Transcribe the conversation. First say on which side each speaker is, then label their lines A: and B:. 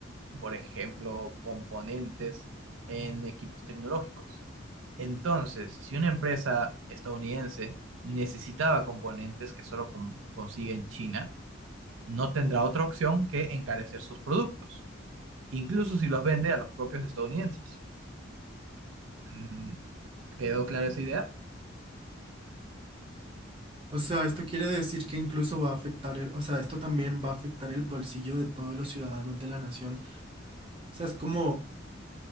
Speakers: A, on the right; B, on the right.
A: por ejemplo, componentes en equipos tecnológicos. Entonces, si una empresa estadounidense necesitaba componentes que solo con- consigue en China, no tendrá otra opción que encarecer sus productos, incluso si los vende a los propios estadounidenses. Mm, ¿Quedó clara esa idea?
B: O sea, esto quiere decir que incluso va a afectar el, o sea, esto también va a afectar el bolsillo de todos los ciudadanos de la nación. O sea, es como,